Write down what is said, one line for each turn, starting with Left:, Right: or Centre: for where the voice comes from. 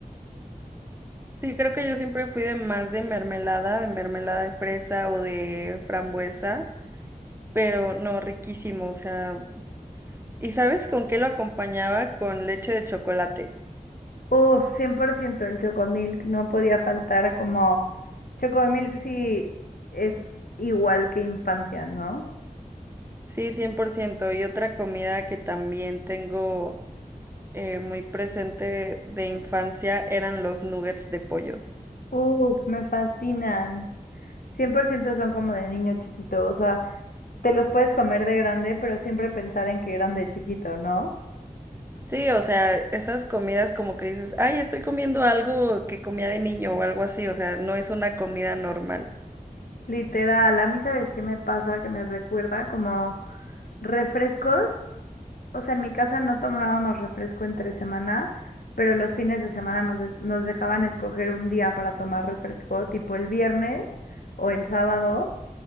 Right: Sí, creo que yo siempre fui de más de mermelada, de mermelada de fresa o de frambuesa, pero no, riquísimo, o sea, ¿y sabes con qué lo acompañaba? Con leche de chocolate.
Left: Uf, 100% el Chocomilk, no podía faltar como Chocomilk sí es igual que infancia, ¿no?
Right: Sí, cien por ciento Y otra comida que también tengo eh, muy presente de infancia eran los nuggets de pollo.
Left: Uf, me fascinan. cien por ciento son como de niño chiquito, o sea, te los puedes comer de grande, pero siempre pensar en que eran de chiquito, ¿no?
Right: Sí, o sea, esas comidas como que dices, ay, estoy comiendo algo que comía de niño o algo así, o sea, no es una comida normal.
Left: Literal, a mí sabes qué me pasa, que me recuerda como refrescos. O sea, en mi casa no tomábamos refresco entre semana, pero los fines de semana nos, es- nos dejaban escoger un día para tomar refresco, tipo el viernes o el sábado.